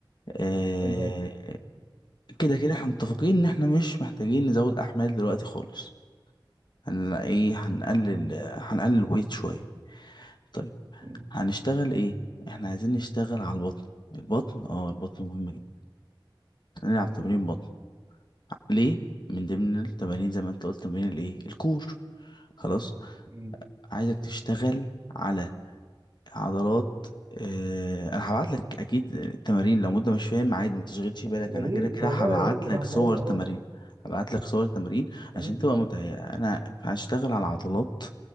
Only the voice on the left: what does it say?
آه...
كده كده احنا متفقين ان احنا مش محتاجين نزود احمال دلوقتي خالص هن ايه هنقلل
هنقلل ويت شويه طيب
هنشتغل ايه احنا عايزين نشتغل على البطن البطن اه البطن مهم جدا هنلعب
تمارين بطن ليه من ضمن التمارين زي ما انت قلت تمارين الايه الكور خلاص
عايزك تشتغل على عضلات اه انا هبعت لك اكيد التمارين لو انت مش فاهم عادي ما تشغلش بالك
انا
كده كده
هبعت
لك صور
تمارين
هبعت لك صور تمارين
عشان تبقى متهيئة انا هشتغل على عضلات